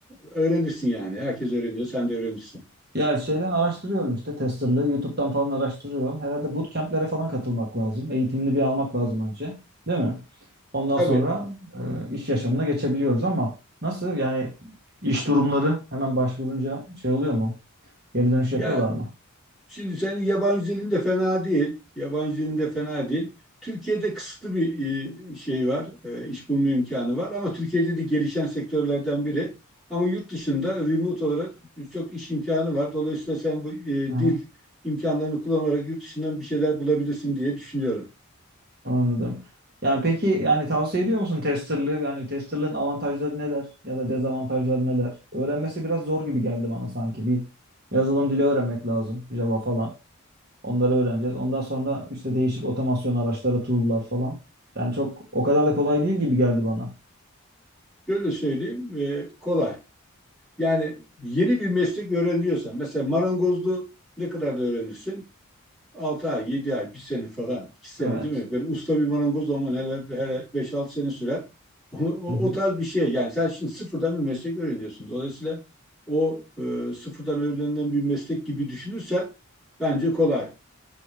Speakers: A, in the centre; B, on the right (about 45°).
A: Öğrenirsin yani. Herkes öğreniyor. Sen de öğrenirsin.
B: Ya şeyden araştırıyorum işte testerlığı. YouTube'dan falan araştırıyorum. Herhalde bootcamp'lere falan katılmak lazım. Eğitimini bir almak lazım önce. Değil mi? Ondan
A: Tabii.
B: sonra e, iş yaşamına geçebiliyoruz ama nasıl? Yani iş durumları hemen başvurunca şey oluyor mu? Geri dönüş
A: Ya
B: yapıyorlar mı?
A: Şimdi senin yabancı dilin de fena değil. Yabancı dilin de fena değil. Türkiye'de kısıtlı bir e, şey var. e, iş bulma imkanı var. Ama Türkiye'de de gelişen sektörlerden biri. Ama yurt dışında remote olarak çok iş imkanı var. Dolayısıyla sen bu e,
B: Hı.
A: dil imkanlarını kullanarak yurt dışından bir şeyler bulabilirsin diye düşünüyorum.
B: Anladım. Yani peki yani tavsiye ediyor musun testerlığı? Yani testerlığın avantajları neler ya da dezavantajları neler? Öğrenmesi biraz zor gibi geldi bana sanki. Bir yazılım dili öğrenmek lazım. Java falan. Onları öğreneceğiz. Ondan sonra işte değişik otomasyon araçları, tool'lar falan. Yani çok o kadar da kolay değil gibi geldi bana.
A: Şöyle söyleyeyim, e, kolay. Yani yeni bir meslek öğreniyorsan, mesela marangozluğu ne kadar da öğrenirsin? 6 ay, 7 ay, bir sene falan, 2 sene
B: Evet.
A: değil mi? Böyle usta bir marangoz ama neler her beş altı sene sürer. <laughs> O, o,
B: Hı hı.
A: o tarz bir şey. Yani sen şimdi sıfırdan bir meslek öğreniyorsun. Dolayısıyla o e, sıfırdan öğrenilen bir meslek gibi düşünürsen bence kolay.